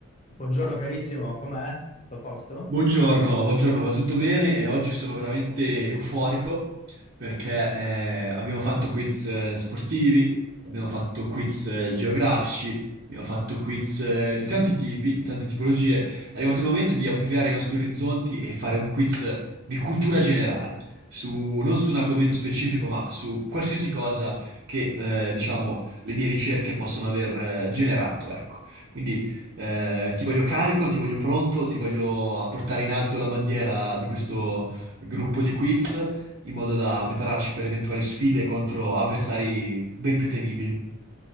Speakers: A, on the left; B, on the right.
A: Buongiorno carissimo, com'è? Tutto a posto?
B: Buongiorno, buongiorno, va tutto bene e oggi sono veramente euforico perché eh, abbiamo fatto quiz eh, sportivi, abbiamo fatto quiz eh, geografici, abbiamo fatto quiz eh, di tanti tipi, di tante tipologie. È arrivato il momento di ampliare i nostri orizzonti e fare un quiz di cultura generale, su- non su un argomento specifico, ma su qualsiasi cosa che, eh, diciamo, le mie ricerche possono aver eh, generato, ecco. Quindi eh, ti voglio carico, ti voglio pronto, ti voglio a portare in alto la bandiera di questo gruppo di quiz in modo da prepararci per eventuali sfide contro avversari ben più temibili.